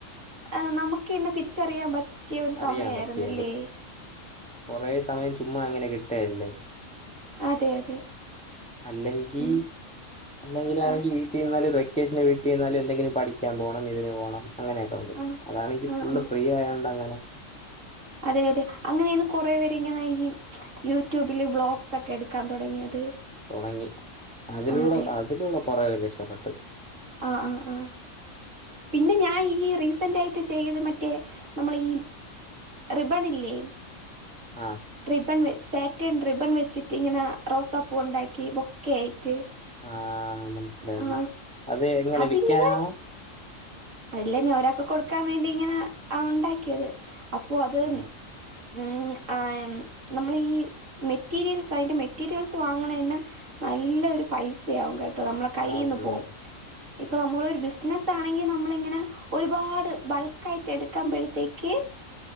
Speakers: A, on the right; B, in the centre.
A: ആ നമുക്കെന്നെ തിരിച്ചറിയാൻ പറ്റിയ ഒരു
B: അറിയാൻ
A: സമയയാന്നില്ലേ
B: പറ്റിയത്. കൊറേ സമയം ഉമ്മ അങ്ങെനെ തന്നെ
A: അതെ അതെ
B: അല്ലെങ്കി
A: ഉം
B: അല്ലെങ്കിലാണെങ്കിൽ
A: ആഹ്
B: വീട്ടിൽ നിന്നാലും വെ വെക്കേഷന് വീട്ടിനിന്നാല് എ ന്തങ്കിലും പഠിക്കാൻ പോണം ഇതിന് പോണം അങ്ങനെയായിട്ട്
A: ആഹ്
B: അതാണ് എനിക്ക്
A: ആഹ്
B: ഫുള്ള്
A: ആഹ്
B: ഫ്രീ ആയോണ്ട് അങ്ങനെ
A: അതെ അതെ അങ്ങനെയാണ് കുറേ പേർ ഇങ്ങനെ ഈ യൂട്യൂബില് വ്ളോഗ്സ് ഒക്കെ എടുക്കാൻ തുടങ്ങിയത്
B: തൊടങ്ങി അതിലൂടെ
A: ആ, അതെ
B: അതിലൂടെ കൊറേ പേര് രക്ഷപ്പെട്ട്
A: ആഹ് ആഹ് ആഹ് പിന്നെ ഞാൻ ഈ റീസന്റ് ആയി ട്ട്ചെയ്ത് മറ്റേ നമ്മള് ഈ റിബ്ബണ് ഇല്ലേ
B: ആഹ്
A: റിബൺ സാറ്റേൺ റിബൺ വെച്ചിട്ട് ഇങ്ങനെ റോസപ്പൂ ഇണ്ടാക്കി ബൊക്കെ ആയിട്ട്
B: ആഹ് മനസിലായി
A: ആ
B: അത് എങ്ങനെ
A: അതിങ്ങനെ
B: വിൽക്കാനാണോ
A: അല്ല ഞാ ഒരാൾക്ക് കൊടുക്കാൻ വേണ്ടി ഇങ്ങനെ ഉണ്ടാക്കിയത് അപ്പൊ അത്
B: ആ
A: ഉം ആ ഉംനമ്മള് ഈ മെറ്റീരിയൽസ് അതിറെ മെറ്റീരിയൽസ് വാങ്ങണയിന്ന് നല്ലൊരു പൈസയാകും കേട്ടോ നമ്മളെ കയ്യീന്ന്
B: ആ, ഉം.
A: പോവും ഇപ്പൊ നമ്മളൊരു ബിസിനസ്‌ ആണെങ്കിൽ നമ്മളിങ്ങനെ ഒരുപാട് ബൾക്കാ ആയിട്ട് എടുക്കുമ്പഴത്തേക്ക്